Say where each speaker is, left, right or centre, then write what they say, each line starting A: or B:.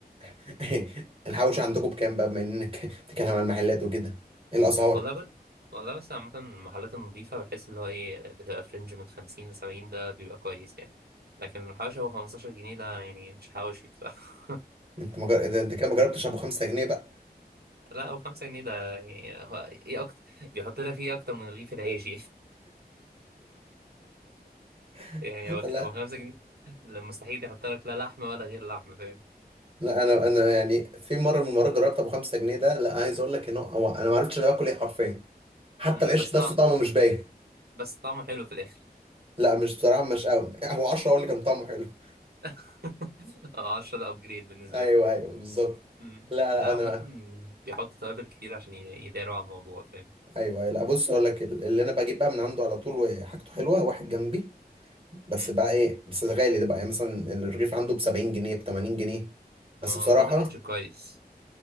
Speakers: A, on the right (about 35°); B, on the right (about 70°).
A: <laughs> الحواوشي عندكم بكام بقى بما انك بتتكلم على المحلات وكده ايه الاسعار
B: والله ب... والله بس عامه المحلات النضيفه بحس اللي هو ايه بتبقى في رينج من 50 ل 70 ده بيبقى كويس يعني لكن الحواشي هو 15 جنيه ده يعني مش حواشي بصراحه
A: انت مجر... ده انت كده ما جربتش ابو 5 جنيه بقى
B: <laughs> لا هو 5 جنيه ده يعني هو ايه اكتر بيحط لك فيه اكتر من رغيف العيش
A: <laughs>
B: يعني <laughs> هو
A: لا
B: هو 5 جنيه لا، مستحيل يحط لك لا لحمه ولا غير لحمه فاهم
A: لا انا انا يعني في مره من المرات جربت ابو 5 جنيه ده لا عايز اقول لك ان هو هو انا ما عرفتش انا باكل ايه حرفيا حتى
B: مم،
A: العيش
B: بس طعم
A: نفسه طعمه مش باين
B: بس طعمه حلو في الاخر
A: لا مش صراحه مش قوي <laughs> هو 10 هو اللي كان طعمه حلو <laughs>
B: <laughs> 10 ده ابجريد بالنسبه
A: ايوه
B: لك
A: ايوه بالظبط
B: مم.
A: لا لا
B: لا
A: انا
B: عامة بيحط توابل كتير عشان ي- يداروا على الموضوع فاهم
A: ايوه لا بص اقول لك ال- اللي انا بجيب بقى من عنده على طول وحاجته حلوه واحد جنبي بس
B: مم.
A: بقى ايه بس غالي ده بقى يعني مثلا الرغيف عنده ب 70 جنيه ب 80 جنيه
B: ما
A: بس بصراحه
B: ما هو ده رينج كويس